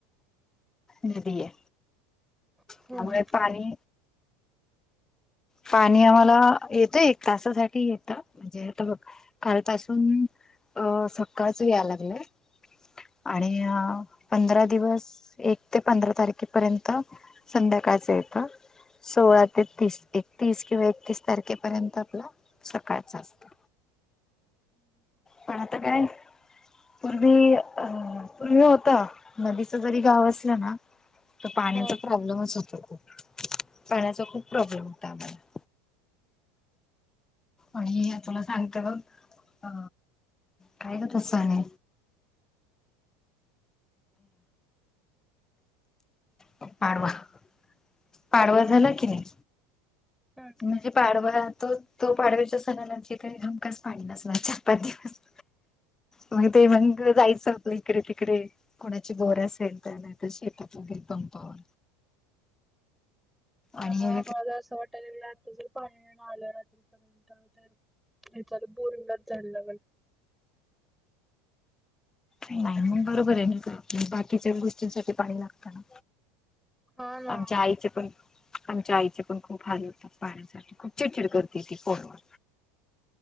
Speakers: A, on the left; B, in the centre.
A: नदी आहे.
B: हा
A: त्यामुळे
B: हा.
A: पाणी. पाणी आम्हाला येतं एक तासासाठी येतं. म्हणजे आता बघ कालपासून अ सकाळच यायला लागलंय. आणि पंधरा दिवस एक ते पंधरा तारखेपर्यंत. संध्याकाळचं येत सोळा तेतीस एकतीस किंवा एकतीस तारखेपर्यंत आपला सकाळचा असतो. पण आता काय. पूर्वी पूर्वी होत नदीच जरी गाव असलं ना. तर पाण्याचा
B: हा
A: प्रॉब्लेमच होत पाण्याचा खूप प्रॉब्लेम होता आम्हाला. आणि तुला सांगत बग अ काय ग त सण. अ पाडवा. <unintelligible> पाडवा
B: हा
A: झालं की नाही.
B: हा
A: म्हणजे पाडवा तो. तो पाडवेच्या सणाला ची तरी धमकाच पाडलास ना चार पाच दिवस. मग ते मग जायचं. आप इकडे तिकडे कोणाची बोर असेल त्या नाही तर शेताते पंपावर.
B: ह
A: आणि
B: ना मला अस वाटालय आता. जर पाणी आलं रात्रीपर्यंत तर हेचालं बोरिंगात झालं.
A: नाही मग बरोबर आहे मग बाकीच्या गोष्टींसाठी पाणी लागत ना.
B: हा ना
A: आमच्या आईचे पण आमच्या आईचे पण खूप हाल होत. पाण्यासाठी खूप चिडचिड करते ती फोनवर.